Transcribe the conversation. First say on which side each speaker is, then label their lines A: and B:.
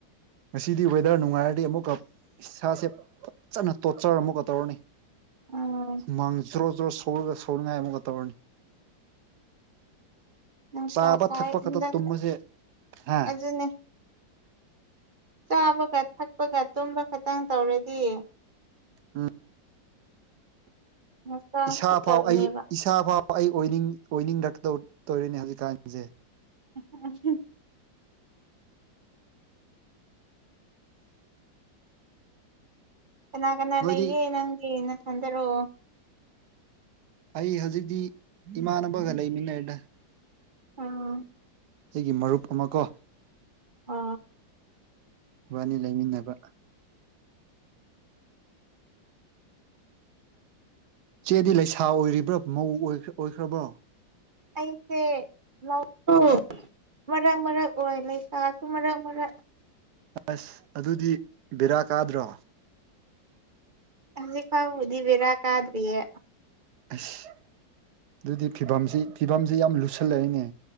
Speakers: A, on the right; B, on the right.
A: ꯉꯁꯤꯗꯤ ꯋꯦꯗꯔ ꯅꯨꯡꯉꯥꯏꯔꯗꯤ ꯑꯃꯨꯛꯀ ꯏꯁꯥꯁꯦ ꯐꯖꯅ ꯇꯣꯔꯆꯔ ꯑꯃꯨꯛꯀ ꯇꯧꯔꯅꯤ
B: ꯎꯝ
A: ꯃꯥꯡꯖ꯭ꯔꯣꯖ꯭ꯔꯣ ꯁꯒ ꯁꯣ ꯉ ꯑꯃꯨ ꯀꯠꯇꯕꯨꯔꯅꯤ
B: ꯅꯨꯡꯁꯥ
A: ꯆꯥꯕ
B: ꯁꯥꯏ
A: ꯊꯛꯄ
B: ꯍꯟꯗꯛꯇ
A: ꯈꯛꯇ ꯇꯨꯝꯕꯁꯦ ꯍꯥ
B: ꯑꯗꯨꯅꯦ ꯆꯥꯕꯒ ꯊꯛ ꯀꯨꯞꯄꯒ ꯇꯨꯝꯕ ꯈꯇꯪ ꯇꯧꯔꯗꯤ
A: ꯑꯥ
B: ꯍꯛꯆꯥꯡ
A: ꯏꯁꯥ
B: ꯐꯠꯇꯕꯅꯦꯕ
A: ꯐꯥꯎ ꯑꯩ ꯏꯁꯥ ꯐꯥꯎ ꯑꯩ ꯑꯣꯏꯅꯤꯡ ꯑꯣꯏꯅꯤꯡꯔꯛꯀꯧ ꯇꯧꯔꯦꯅꯦ ꯍꯧꯖꯤꯛꯀꯥꯟꯁꯦ
B: ꯎ ꯀꯅꯥ ꯀꯅꯥ
A: ꯅꯣꯏꯗꯤ
B: ꯂꯩꯒꯦ ꯅꯪꯒꯤꯅ ꯈꯟꯖꯔꯛꯑꯣ
A: ꯑꯩ ꯍꯧꯖꯤꯛꯇꯤ ꯏꯃꯥꯟꯅꯕꯒ ꯂꯩꯃꯤꯟꯅꯩꯗ
B: ꯑꯥ
A: ꯑꯩꯒꯤ ꯃꯔꯨꯞ ꯑꯃ ꯀꯣ
B: ꯑ
A: ꯋꯥꯅꯤ ꯂꯩꯃꯤꯟꯅꯕ ꯆꯦꯗꯤ ꯂꯩꯁꯥ ꯑꯣꯏꯔꯤꯕ꯭ꯔꯣ ꯃꯧ ꯑꯣꯏꯈ꯭ꯔꯕ꯭ꯔꯣ
B: ꯀꯁꯦ ꯂ ꯇ ꯃꯔꯥꯡ ꯃꯔꯥꯡ ꯑꯣꯏ ꯂꯩꯁꯥꯁꯨ ꯃꯔꯛ ꯃꯔꯛ
A: ꯑꯁ ꯑꯗꯨꯗꯤ ꯕꯦꯔꯥ ꯀꯥꯗ꯭ꯔꯣ
B: ꯑ ꯐꯕꯨꯗꯤꯕꯤꯔ ꯀꯗ꯭ꯔꯤꯌꯦ
A: ꯑꯁ ꯑꯗꯨꯗꯤ ꯐꯤꯕꯝꯁꯤ ꯐꯤꯕꯝꯁꯤ ꯌꯥꯝ ꯂꯨꯁꯜꯂꯛꯏꯅꯦ